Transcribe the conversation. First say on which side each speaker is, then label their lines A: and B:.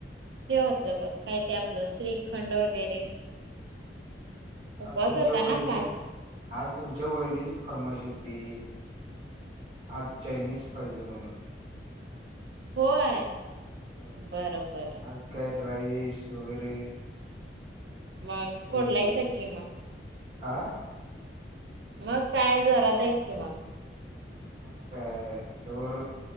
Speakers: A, on the right (about 70°); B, on the right (about 40°).
A: हे होतं बघ काय ते आपलं श्रीखंड वगैरे
B: हम्म
A: उपवास
B: आज तुमच्या
A: होता
B: वहिणीनं
A: ना काल?
B: आज तुमच्या वहिणीची फरमाइश होती आज चाईनीज पाहिजे म्हणून
A: होय
B: होय
A: बरं बरं.
B: आज काय राईस वगैरे
A: मग
B: असं
A: फोडलायसा की मग.
B: आं
A: मग काय जोरात आहे की मग
B: मग काय तवर